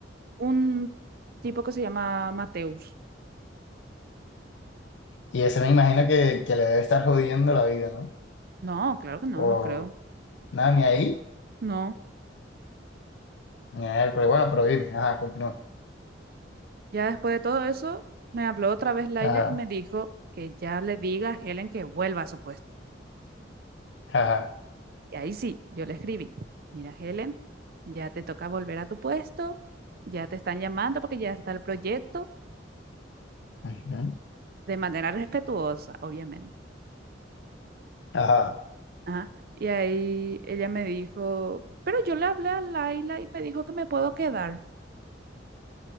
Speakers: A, on the right; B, on the left.
A: un tipo que se llama Mateus.
B: Y ese me imagino que, que le debe estar jodiendo la vida, ¿no?
A: No, claro que no,
B: O
A: no creo.
B: nada, ni ahí,
A: No.
B: ni a él, pero bueno, pero dime, ajá, continúa.
A: Ya después de todo eso, me habló otra vez Laila
B: Ajá,
A: y me dijo que ya le diga a Helen que vuelva a su puesto.
B: ajá.
A: Y ahí sí, yo le escribí, mira Helen, ya te toca volver a tu puesto, ya te están llamando porque ya está el proyecto,
B: ujú,
A: de manera respetuosa, obviamente.
B: Ajá.
A: Ajá. Y ahí ella me dijo, pero yo le hablé a Laila y me dijo que me puedo quedar.